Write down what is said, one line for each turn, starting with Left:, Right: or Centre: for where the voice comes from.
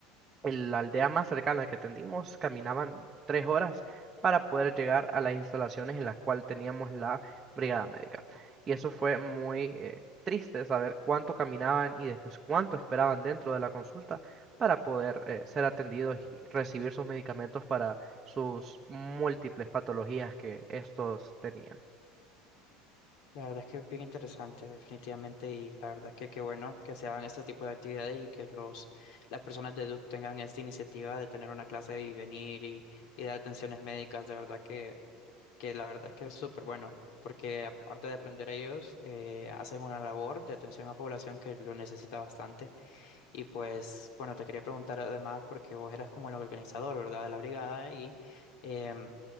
Right: en la aldea más cercana que atendimos caminaban tres horas para poder llegar a las instalaciones en las cuales teníamos la brigada médica. Y eso fue muy eh, triste saber cuánto caminaban y después cuánto esperaban dentro de la consulta para poder eh, ser atendidos y recibir sus medicamentos para sus múltiples patologías que estos tenían.
Left: La verdad es que es bien interesante, definitivamente, y la verdad que qué bueno que se hagan este tipo de actividades y que los, las personas de Duke tengan esta iniciativa de tener una clase y venir y, y dar atenciones médicas, de verdad que, que la verdad es que es súper bueno, porque aparte de aprender ellos, eh, hacen una labor de atención a población que lo necesita bastante. Y pues, bueno, te quería preguntar además, porque vos eras como el organizador, ¿verdad?, de la brigada y... em,